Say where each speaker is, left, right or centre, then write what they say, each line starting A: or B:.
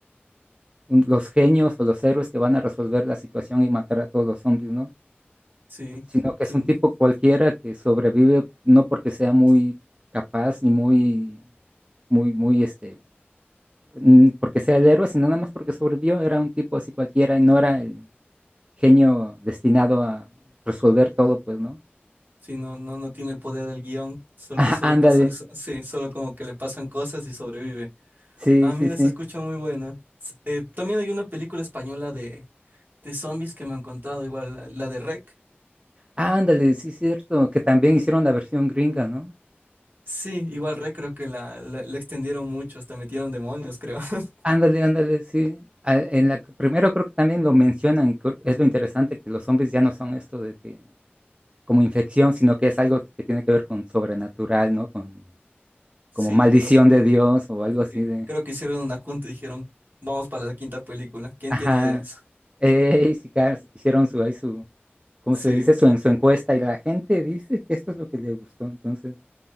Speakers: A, on the right (about 25°); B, on the right (about 50°).
A: un- los genios o los héroes que van a resolver la situación y matar a todos los zombies, ¿no?
B: Sí,
A: sino que
B: sí,
A: es un tipo cualquiera que sobrevive no porque sea muy capaz ni muy, muy, muy, este, mm, porque sea el héroe, sino nada más porque sobrevivió, era un tipo así cualquiera y no era el genio destinado a resolver todo, pues, ¿no?
B: sí, no, no, no tiene el poder del guión, solo,
A: <laughs>
B: solo
A: Ah, ándale,
B: pasan, so- sí, solo como que le pasan cosas y sobrevive.
A: sí,
B: Ah,
A: sí,
B: mira,
A: sí.
B: se escucha muy buena. S- eh, también hay una película española de, de zombies que me han contado, igual la, la de REC.
A: Ándale, sí, cierto, que también hicieron la versión gringa, ¿no?
B: Sí, igual REC creo que la, la, la extendieron mucho, hasta metieron demonios, creo. <laughs>
A: Ándale, ándale, sí. A- En la que- primero creo que también lo mencionan, cr- es lo interesante que los zombies ya no son esto de que como infección, sino que es algo que tiene que ver con sobrenatural, ¿no? Con
B: Sí,
A: como maldición
B: entonces
A: de Dios o algo así
B: sí,
A: de...
B: creo que hicieron una junta y dijeron, vamos para la quinta película. ¿Quién
A: Ajá.
B: tiene ideas?
A: Eh, y si ca- hicieron su, ahí su, ¿cómo
B: Sí,
A: se le dice? Su, en- su encuesta y la gente dice que esto es lo que le gustó, entonces